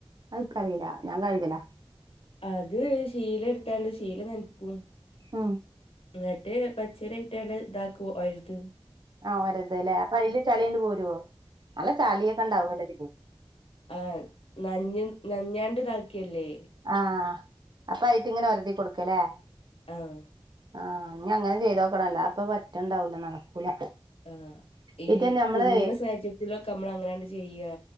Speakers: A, on the right; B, on the left.
A: അത്ക്കറിയില്ല ഞാൻ കഴിഞ്ഞിലേ
B: അത് ശീലെടുത്താണ്ട് ശീല നനക്കും
A: ആഹ
B: ന്നിട്ട് പച്ചരി ആയിട്ട് ഇതാക്കു <unintelligible>
A: ആ ഒരതല്ലേ അപ്പൊ അയില് ചളിയിങ്ങിട്ട് പോരുവോ നല്ല ചളിയൊക്കെണ്ടാവുവല്ലേ
B: ആ നനഞ്ഞ്, നഞ്ഞാണ്ട്താക്കിയല്ലേ
A: ആ, അപ്പൊ അതിട്ട്ങ്ങനെ ഒരതി കൊടുക്കല്ലേ.
B: ആഹ്
A: ആ, ഞി അങ്ങനെ ചെയ്തോക്കണം, അല്ലാതെ പ്പൊ പറ്റണ്ടാവൂല നടക്കൂല.
B: ആ, ഈ
A: പിന്നെ നമ്മള്
B: കുട്ങ്ങ്ണ സാഹചര്യത്തിലൊക്കെ നമ്മൾ അങ്ങനാണ്ട് ചെയ്യാ.